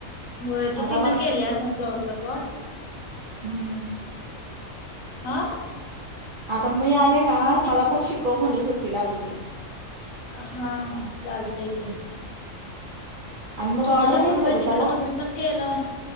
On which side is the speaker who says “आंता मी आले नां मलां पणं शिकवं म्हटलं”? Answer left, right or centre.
Right